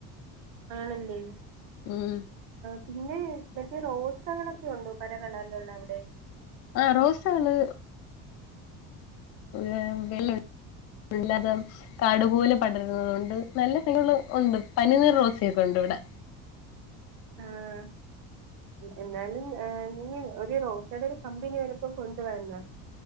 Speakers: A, on the right (about 70°); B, on the left (about 45°).
A: ആണന്ദേ
B: ഉം
A: പിന്നെ മറ്റേ റോസകളൊക്കെ ഉണ്ടോ പല കളില ഉള്ള അവിടെ
B: ആ റോസകള് ഏ വെള്ളല്ലാതെ കാടുപോലെ പടരുന്നതൊണ്ട് നല്ല സ്ഥലൾ ഉണ്ട് പനീർ റോസൊക്കെ ഉണ്ട് ഇവിടെ
A: ആഹ എന്നാലും ആ ന ഒരു റോസയുടെ ഒരു കമ്പനി ആരപ്പോം കൊണ്ട വരന്നാ